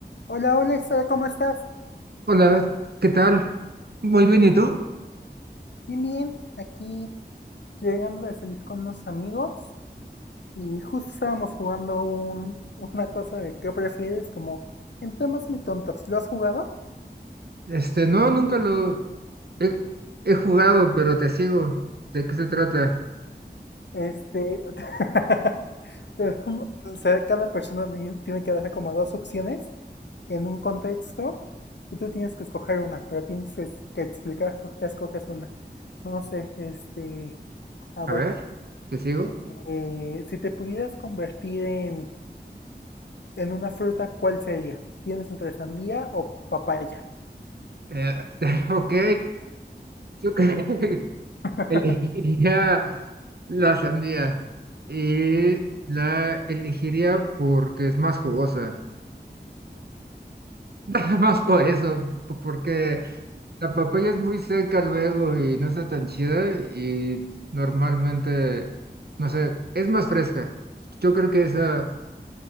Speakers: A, on the left; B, on the right.
A: Hola, hola, Sara, ¿cómo estás?
B: Hola, ¿qué tal? Muy bien, ¿y tú?
A: Bien, bien. Aquí llegando de salir con unos amigos y justo estábamos jugando un, una cosa de qué prefieres, como en temas muy tontos. ¿Lo has jugado?
B: Este, no, nunca lo he, he jugado, pero te sigo. ¿De qué se trata?
A: Este, <laughs> te damos- o sea, cada persona di- tiene que dar como dos opciones en un contexto y tú tienes que escoger una, pero tienes que, que explicar por qué escoges una. No sé, este, a
B: A
A: ver,
B: ver, ¿te sigo?
A: eh, si te pudieras convertir en En una fruta, ¿cuál sería? ¿Tienes entre sandía o papaya?
B: Eh, <laughs> ok, yo creo <laughs> que
A: <laughs>
B: elegiría la sandía y la elegiría porque es más jugosa. <laughs> Nada más por eso, po- porque la papaya es muy seca luego y no está tan chida y normalmente, no sé, es más fresca. Yo creo que esa,